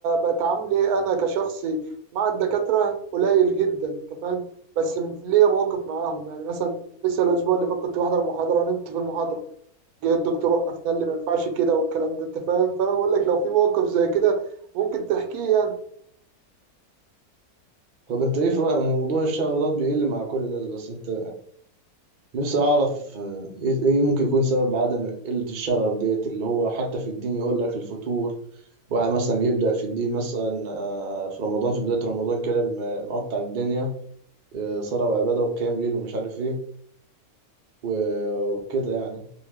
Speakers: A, on the right (about 80°); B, on the right (about 55°).
A: بتعاملي انا كشخصي مع الدكاترة قليل جدا أنت فاهم بس م- ليا مواقف معاهم يعني مثلا لسه الأسبوع اللي فات كنت بحضر محاضرة نمت في المحاضرة جه الدكتور وقفنا قال لي ما ينفعش كده والكلام ده أنت فاهم فأنا بقول لك لو في موقف زي كده ممكن تحكيه يعني
B: طب أنت إيه في رأيك موضوع الشغف ده بيقل مع كل الناس بس أنت نفسي أعرف آه، إيه إيه ممكن يكون سبب عدم قلة الشغف ديت اللي هو حتى في الدين يقول لك الفتور واحد مثلا بيبدأ في الدين مثلا آه، في رمضان في بداية رمضان كده م- مقطع الدنيا آه، صلاة وعبادة وقيام ليل ومش عارف إيه و- وكده يعني